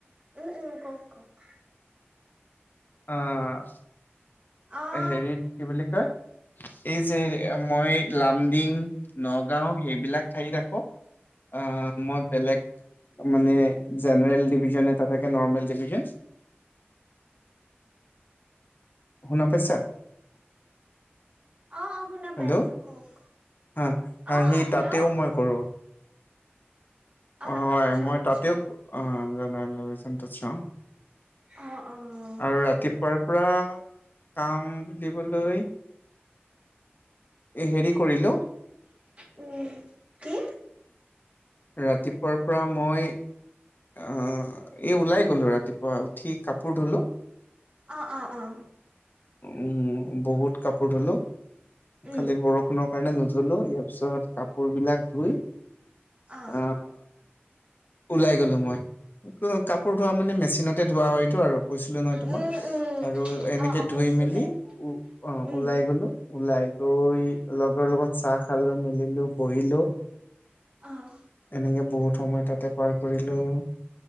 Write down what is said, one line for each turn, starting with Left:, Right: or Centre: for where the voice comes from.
Right: উম', - উম', কওক', - কওক',
Left: অ',
Right: অ',
Left: হেৰিত কি বুলি কয়? এই যে', মই লামডিং, নগাঁও, সেইবিলাক ঠাইত আকৌ', আহ', -আহ', মই বেলেগ', মানে জেনেৰেল ডিভিজন এটা থাকে নৰ্মেল ডিভিজন', শুনা পাইছা?
Right: অ', অ', শুনা
Left: হেল্ল',
Right: পাইছো কওক
Left: হা',
Right: অ',
Left: সি
Right: অ', হেল্ল'
Left: তাতেও মই কৰোঁ',
Right: অ',
Left: হয়',
Right: আচ্ছা,
Left: মই
Right: আচ্ছা
Left: তাতেও ক', <unintelligible>
Right: অ', অ',
Left: আৰু ৰাতি', তাৰ পৰা কাম বুলিবলৈ', এই হেৰি কৰিলোঁ',
Right: উম', কি
Left: ৰাতিপুৱাৰ পৰা মই', অ', এই ওলাই গলোঁ, ৰাতিপুৱা উঠি কাপোৰ ধুলোঁ',
Right: অ', -অ', -অ',
Left: উম', বহুত কাপোৰ ধুলোঁ,
Right: উম
Left: খালি বৰষুণৰ কাৰণে নো', ধুলোঁ, ইয়াৰ পিছত কাপোৰ বিলাক ধুই,
Right: অ অ
Left: আহ', ওলাই গলোঁ মই, ত', কাপোৰ ধোৱা মানে মেচিনতে ধোৱা হয়তটো আৰু কৈছিলোঁ নহয় তোমাক',
Right: উম উম
Left: আৰু এনেকে
Right: অ অ
Left: ধুই
Right: কৈছিলে
Left: মেলি উ', অ',
Right: উম
Left: ওলাই গলোঁ ওলাই', ত', ওই', লগৰ লগত চাহ খালোঁ মেলিলোঁ বহিলোঁ',
Right: অহ',
Left: এনেকে বহুত সময় তাতে পাৰ কৰিলোঁ',